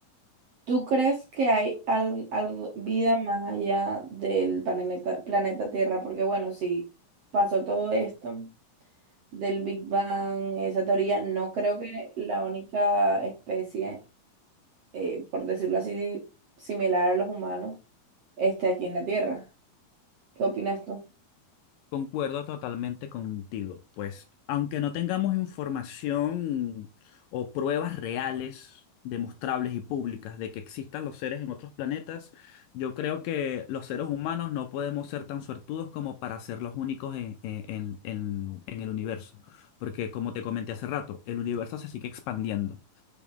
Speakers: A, on the right; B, on the left.
A: ¿Tú crees que hay al- algo- vida más allá del planeta, planeta Tierra? Porque bueno, si pasó todo esto del Big Bang, esa teoría, no creo que la única especie, eh, por decirlo así, similar a los humanos, esté aquí en la Tierra. ¿Qué opinas tú?
B: Concuerdo totalmente contigo. Pues, aunque no tengamos información o pruebas reales, demostrables y públicas de que existan los seres en otros planetas, yo creo que los seres humanos no podemos ser tan suertudos como para ser los únicos en, en en- en- en el universo. Porque, como te comenté hace rato, el universo se sigue expandiendo.